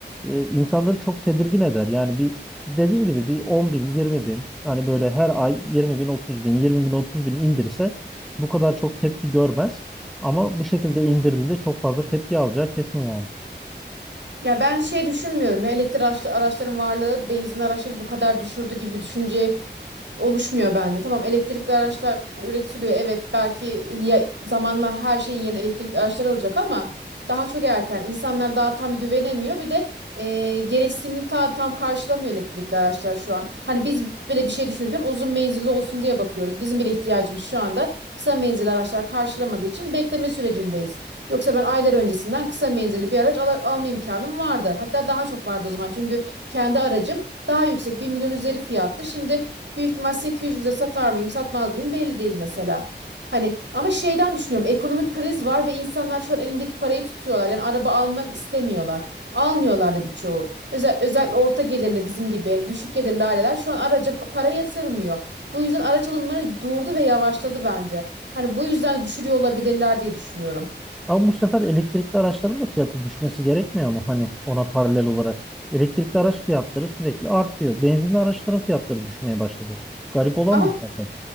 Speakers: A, in the centre; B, on the right (about 75°).
A: e, insanları çok tedirgin eder. Yani bir dediğin gibi bir 10 bin, 20 bin hani böyle her ay 20 bin, 30 bin, 20 bin, 30 bin indirse bu kadar çok tepki görmez. Ama bu şekilde indirdiğinde çok fazla tepki alacağı kesin yani.
B: Ya ben şey düşünmüyorum ya elektrik araç- araçların varlığı benzin araçları bu kadar düşürdü gibi düşünce oluşmuyor bende. Tamam elektrikli araçlar üretiliyor evet belki ya- zamanla her şeyin yerine elektrikli araçlar alacak ama daha çok erken İnsanlar daha tam güvenemiyor bir de e, gereksinimini ta- tam karşılamıyor elektrikli araçlar şu an. Hani biz bile bir şey düşünürken uzun menzilli olsun diye bakıyoruz. Bizim bile ihtiyacımız şu anda kısa menzilli araçlar karşılamadığı için bekleme sürecindeyiz. Yoksa ben aylar öncesinden kısa menzilli bir araç ala- alma imkanım vardı. Hatta daha çok vardı o zaman. Çünkü kendi aracım daha yüksek bir milyon üzeri fiyattı. Şimdi büyük ihtimal 800'e satar mıyım, satmaz mıyım belli değil mesela. Hani ama şeyden düşünüyorum. Ekonomik kriz var ve insanlar şu an elindeki parayı tutuyorlar. Yani araba almak istemiyorlar. Almıyorlar da birçoğu. Özel, özellikle orta gelirli bizim gibi düşük gelirli aileler şu an araca pa- para yatırmıyor. Bu yüzden araç alımları durdu ve yavaşladı bence. Hani bu yüzden de düşürüyor olabilirler diye düşünüyorum.
A: Ama bu sefer elektrikli araçların da fiyatı düşmesi gerekmiyor mu? Hani ona paralel olarak. Elektrikli araç fiyatları sürekli artıyor. Benzinli araçların fiyatları düşmeye başladı. Garip olan
B: Ama
A: bu zaten.